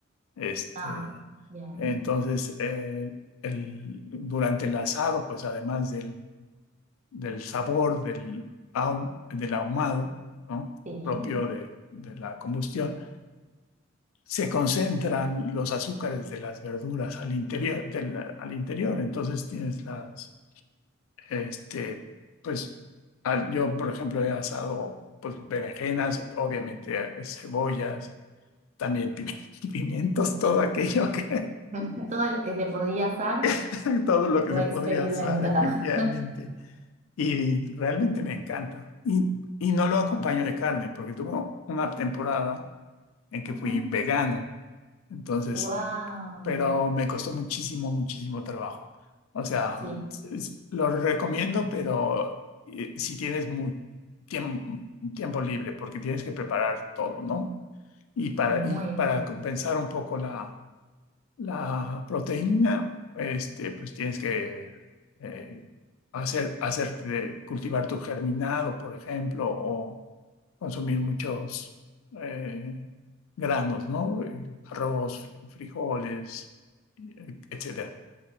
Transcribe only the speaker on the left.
Este,
entonces, eh, el, durante el asado, pues además del del sabor del, ahum- del ahumado, ¿no?
propio de, de la combustión, se concentran los azúcares de las verduras al interior, del- al interior. Entonces tienes las, este, pues, al- yo, por ejemplo, he asado, pues, berenjenas, obviamente, eh, cebollas, también pi- <laughs> pimientos, todo aquello que,
<laughs> todo lo que
se podría
asar, efectivamente. Y realmente me encanta. Y, y no lo acompaño de carne, porque tuve una temporada en que
fui vegano. Entonces,
pero me costó muchísimo, muchísimo trabajo. O sea,
es- lo recomiendo, pero eh, si tienes muy tiempo, tiempo libre, porque tienes que preparar todo, ¿no? Y para,
y para
compensar un poco la, la proteína, este, pues tienes que eh, hacer, hacerte de- cultivar tu germinado, por ejemplo, o consumir muchos eh, granos, ¿no? Eh, Arroz, fri- frijoles, eh, etcétera.